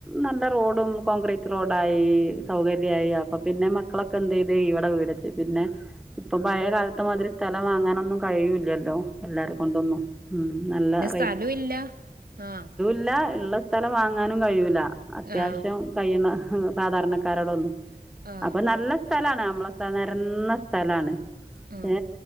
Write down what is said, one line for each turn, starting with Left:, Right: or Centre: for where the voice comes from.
Centre: നല്ല റോഡും കോൺക്രീറ്റ് റോഡായി സൗകര്യായി അപ്പൊ പിന്നെ മക് ക്കളൊക്കെ എന്തെയ്ത് ഇവടെ വീടച്ച് പിന്നെ ഇപ്പം പഴയ കാലത്ത മാതിരി സ്ഥലം വാങ്ങാനൊന്നും കഴിയൂലല്ലോ എല്ലാര കൊണ്ടൊന്നും ഉം നല്ല റെ
Right: സ്ഥലം ഇല്ല ആ
Centre: ല്ലാ ഇള്ള സ്ഥലം വാങ്ങാനും കഴിയൂല അത്യാവശ്യം
Right: ആ
Centre: കഴിയുന്ന സാധാരണ ക്കാരോടൊന്നു
Right: ആ
Centre: അപ്പൊ നല്ല സ്ഥലാണ് നമ്മളെ സ്ഥ നെരന്ന സ്ഥലാണ്
Right: ഉം
Centre: ഏ